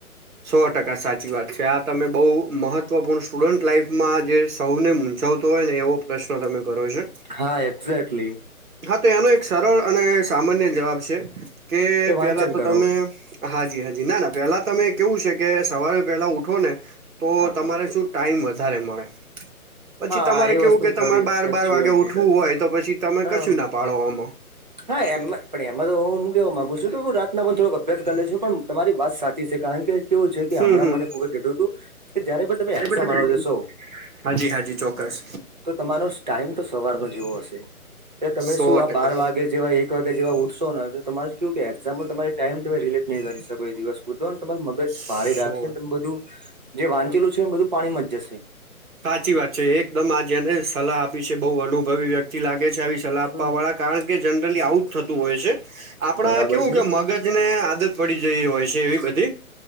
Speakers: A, on the right (about 65°); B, on the right (about 30°).
A: સો ટકા સાચી વાત છે આ તમે બહુ મહત્વપૂર્ણ સ્ટુડન્ટ લાઈફમાં જે સૌને મ ચવતો હોય ને એવો પ્રશ્ન તમે કરો છો
B: હા એક્ઝે્ટલી
A: હા તો એનો એક સરળ અને સામાન્ય જવાબ છે કે પેલા
B: વાંચન
A: તો
B: કરો
A: તમે હાજી હાજી ના ના પેલા તમે કેવું છે કે સવારે પેલા ઉઠો ને તો
B: હા
A: તમારે શું ટાઈમ વધારે મળે પછી
B: હા
A: તમારે
B: એ
A: કેવું
B: વસ્તુ
A: કે
B: ખરી
A: તમારે બાર
B: ફેક્ચ્યુઅલ
A: બાર વાગે
B: ડેટા
A: ઉઠવું
B: છે.
A: હોય તો પછી તમે
B: હમ
A: કશું ના પાડવામાં
B: હા એમમાં પણ એમાં તો હું હું કેવા માગુ છું કે હું રાતના પણ થોડક અભ્યાસ કરી લ છું પણ તમારી વાત સાચી છે કારણ કે કેવું છે કે
A: હમ
B: હમણાં મને ખુબ કધું હતું કે જયારે પણ તમે
A: હમ
B: એક્સામમાં જશો
A: હાજી હાજી ચોક્કસ
B: તો તમારો ટાઈમ તો સવારનો જેવો હશે એ તમે
A: સો
B: શું આ
A: ટકા
B: બાર વાગે જેવા એક વાગ્યા જેવા ઉઠશો ને તમારે કેવું કે એક્ઝામ્પલ તમારી ટાઈમ તમે રિલેટ નહીં કરી શકો એ દિવસ પૂરતો ને તમારું મગજ
A: સો
B: ભારે રાખશે તેમ બધું જે વાંચેલું છે એ બધું પાણી માં જ જશે
A: હાચી વાત છે એકદમ આજ એને સલાહ આપી છે બહુ અલુ ભવ્ય વ્યક્તિ લાગે છે આવી સલાહ આપવા
B: હમ
A: વાળા કારણ કે જનરલી આવુજ થતું હોય છે આપણા
B: બરાબર
A: કેવું
B: છે
A: કે મગજ ને આદત પડી જ હોય છે એવી બધી